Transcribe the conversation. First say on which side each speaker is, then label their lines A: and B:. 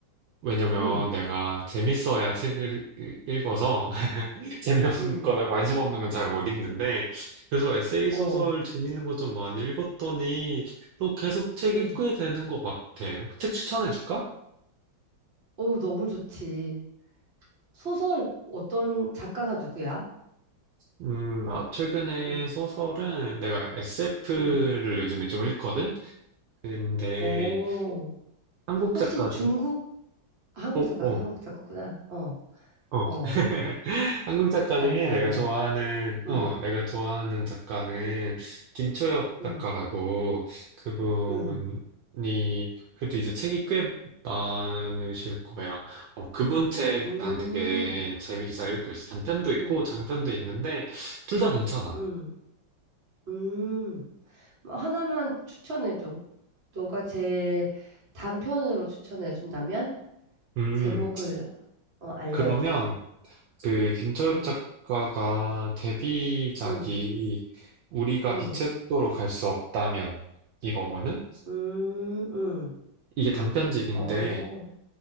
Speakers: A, on the right (about 70°); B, on the right (about 40°).
A: 왜냐면
B: 응,
A: 내가 재밌어야 책을 읽- 읽어서 <laughs> 재미없거나
B: 응,
A: 관심 없는 건 잘 못 읽는데 그래서 에세이
B: 어,
A: 소설 재밌는 거 좀 많이 읽었더니 또 계속 책
B: 응.
A: 읽게 되는 것 같아. 책 추천해 줄까?
B: 어, 너무 좋지. 소설 어떤 작가가 누구야?
A: 음, 나 최근에
B: 응,
A: 소설은 내가 SF를
B: 응.
A: 요즘에 좀 읽거든? 근데
B: 어,
A: 한국
B: 혹시
A: 작가
B: 중국,
A: 중,
B: 한국
A: 어,
B: 작가,
A: 어.
B: 한국 작가구나. 어,
A: 어.
B: 어.
A: <laughs> 한국 작가
B: 아니야,
A: 중에 내가
B: 아니야.
A: 좋아하는, 어,
B: 응,
A: 내가 좋아하는 작가는 김초엽 작가라고
B: 응,
A: 그분이,
B: 응.
A: 그래도 이제 책이 꽤 많으실 거야. 어, 그분 책
B: 음,
A: 난 되게 재밌게 잘 읽고 있어. 단편도
B: 음,
A: 있고 장편도 있는데, 둘 다 괜찮아.
B: 음, 음. 하나만 추천해줘. 너가 제일 단편으로 추천해준다면
A: 음,
B: 제목을 어, 알려줘.
A: 그러면 그 김초엽
B: 응,
A: 작가가 데뷔작이
B: 응,
A: 우리가
B: 응,
A: 빛의 속도로 갈 수 없다면 이거거든?
B: 응, 응.
A: 이게 단편집인데,
B: 어,